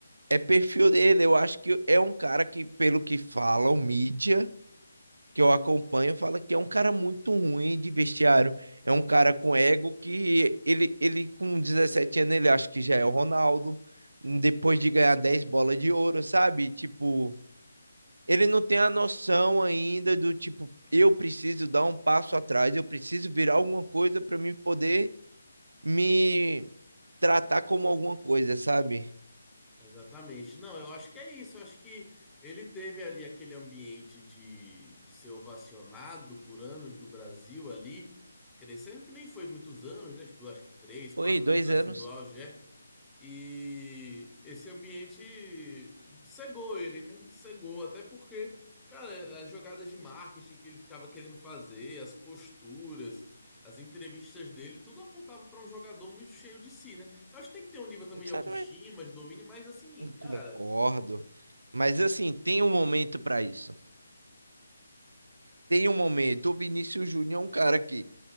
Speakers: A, on the right; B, in the centre.
A: É perfil dele. Eu acho que é um cara que, pelo que falam, mídia que eu acompanho, fala que é um cara muito ruim de vestiário. É um cara com ego que ele, ele com 17 anos, ele acha que já é o Ronaldo. Depois de ganhar 10 bolas de ouro, sabe? Tipo ele não tem a noção ainda do tipo, eu preciso dar um passo atrás, eu preciso virar alguma coisa para me poder me tratar como alguma coisa, sabe?
B: Exatamente. Não, eu acho que é isso. Eu acho que ele teve ali aquele ambiente de, de ser ovacionado por anos no Brasil ali, crescendo que nem foi muitos anos, né? Tipo, acho que três,
A: Foi
B: quatro
A: dois
B: anos assim
A: anos.
B: do auge, é. E esse ambiente cegou ele, né? Cegou, até porque, cara, as jogadas de marketing que ele ficava querendo fazer, as posturas, as entrevistas dele, tudo apontava para um jogador muito cheio de si, né? Eu acho que tem que ter um nível também
A: Exatamente.
B: de autoestima, de domínio, mas assim, cara,
A: Concordo. Mas assim, tem um momento para isso. Tem um momento. O Vinícius Júnior é um cara que,